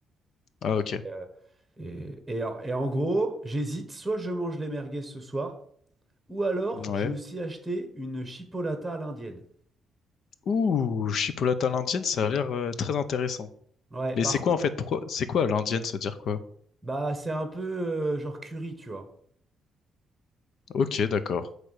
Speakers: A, on the left; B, in the centre.
A: Ah ok.
B: Euh, Et, et en et en gros, j'hésite, soit je mange les merguez ce soir, ou alors
A: Ouais.
B: j'ai aussi acheté une chipolata à l'indienne.
A: Ouh, chipolata à l'indienne, ça a l'air euh, très intéressant.
B: Ouais,
A: Mais
B: par
A: c'est quoi
B: contre,
A: en fait? Pourquoi? C'est quoi à l'indienne, ça veut dire quoi?
B: bah c'est un peu euh, genre curry, tu vois.
A: Ok, d'accord.